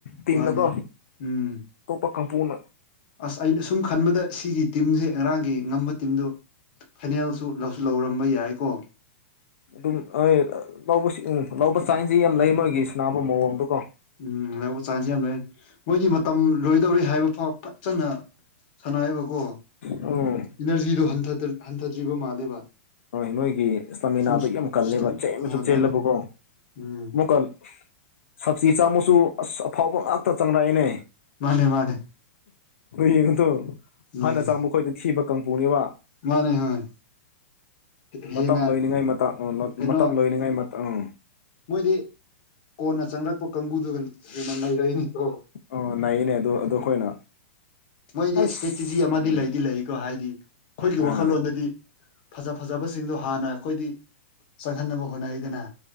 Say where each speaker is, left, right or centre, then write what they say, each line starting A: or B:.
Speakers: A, on the left; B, on the left.
A: ꯇꯤꯟꯅꯀꯣ
B: ꯃꯥꯅꯦ ꯎꯝ
A: <unintelligible>
B: ꯑꯁ ꯑꯩꯅ ꯁꯨꯝ ꯈꯟꯕꯗ ꯁꯤꯒꯤ ꯇꯤꯝꯁꯦ ꯉꯔꯥꯡꯒꯤ ꯉꯝꯕ ꯇꯤꯝꯗꯨ ꯐꯥꯏꯅꯦꯜꯁꯨ ꯂꯧꯁꯨ ꯂꯧꯔꯝꯕ ꯌꯥꯏꯀꯣ
A: ꯑꯗꯨꯝ ꯍꯣꯏ ꯂꯧꯕꯁꯤ ꯎꯝ ꯂꯧꯕ ꯆꯥꯟꯁꯇꯤ ꯌꯥꯝ ꯂꯩ ꯅꯣꯏꯒꯤ ꯁꯅꯥꯕ ꯃꯑꯣꯡꯗꯣꯀꯣ
B: ꯎꯝ ꯂꯧꯕ ꯆꯥꯟꯁ ꯌꯥꯝ ꯂꯩ ꯃꯣꯏꯒꯤ ꯃꯇꯝ ꯂꯣꯏꯗꯧꯔꯦ ꯍꯥꯏꯕ ꯐꯥꯎ ꯐꯖꯅ ꯁꯥꯟꯅꯩꯑꯕꯀꯣ
A: ꯎꯝ
B: ꯏꯅꯔꯖꯤꯗꯣ ꯍꯟꯊꯗ꯭ꯔꯤꯕ ꯃꯥꯜꯂꯦꯕ
A: ꯍꯣꯏ ꯅꯣꯏꯒꯤ ꯏꯁꯇꯥꯃꯤꯅꯥꯗ
B: ꯁꯨꯝ
A: ꯌꯥꯝ ꯀꯜꯂꯦꯕ ꯆꯦꯟ ꯑꯃꯁꯨ
B: ꯍꯣꯏ
A: ꯆꯦꯜꯂꯕꯀꯣ
B: ꯃꯥꯅꯦ ꯎꯝ
A: ꯃꯨꯀꯟ ꯁꯞꯕꯁꯤꯤ ꯆꯪꯃꯨꯁꯨ ꯑꯁ ꯑꯐꯥꯎꯕ ꯉꯥꯛꯇ ꯆꯪꯅꯛꯏꯅꯦ
B: ꯃꯥꯅꯦ ꯃꯥꯅꯦ
A: ꯌꯦꯡꯉꯗꯣ
B: ꯎꯝ
A: ꯍꯥꯟꯅ ꯆꯥꯡꯕꯣꯏꯗ ꯊꯤꯕ ꯀꯥꯡꯄꯨꯅꯦꯕ
B: ꯃꯥꯅꯦ ꯍꯣꯏ ꯍꯦꯟꯅ
A: ꯃꯇꯝ ꯂꯣꯏꯅꯉꯥꯏ ꯃꯇꯝ
B: ꯀꯩꯅꯣ
A: ꯃꯇꯝ ꯂꯣꯏꯅꯉꯥꯏ ꯃꯇꯝ ꯎꯝ
B: ꯃꯣꯏꯗꯤ ꯀꯣꯟꯅ ꯆꯪꯂꯛꯄ ꯀꯥꯡꯕꯨꯗꯨꯒꯅ ꯂꯩꯩꯔꯛꯏꯅꯤꯀꯣ
A: ꯑꯣ ꯅꯥꯏꯅꯦ ꯑꯣ ꯑꯗꯣ ꯑꯩꯈꯣꯏꯅ
B: ꯃꯣꯏꯗꯤ
A: ꯑꯁ
B: ꯏꯁꯇ꯭ꯔꯦꯇꯤꯖꯤ ꯑꯃꯗꯤ
A: ꯎꯝ
B: ꯂꯩꯗꯤ ꯂꯩꯀꯣ ꯍꯥꯏꯗꯤ ꯑꯩꯈꯣꯏꯒꯤ
A: ꯑꯥ
B: ꯋꯥꯈꯜꯂꯣꯟꯗꯗꯤ ꯐꯖ ꯐꯖꯕꯁꯤꯡꯗꯣ ꯍꯥꯟꯅ ꯑꯩꯈꯣꯏꯗꯤ ꯆꯪꯍꯟꯅꯕ ꯍꯣꯠꯅꯩꯗꯅ